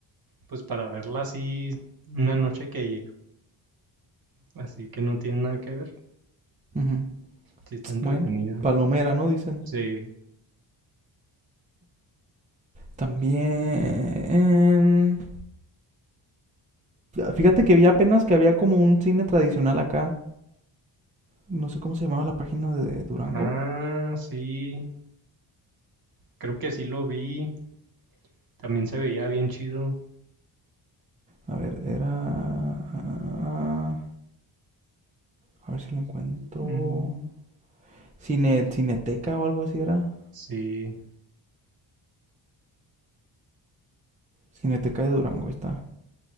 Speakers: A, on the right; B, on the right.
A: pues para verla así una noche que, así que no tiene nada que ver.
B: Ujú,
A: Sí está entretenida.
B: Bueno, Palomera, ¿no? Dicen.
A: Sí.
B: También... Fíjate que vi apenas que había como un cine tradicional acá. No sé cómo se llamaba la página de Durango.
A: Ah, sí. Creo que sí lo vi. También se veía bien chido.
B: A ver, era. ah, A ver si lo encuentro.
A: Mm,
B: Cine, Cineteca o algo así era.
A: sí.
B: Cineteca de Durango, ahí está.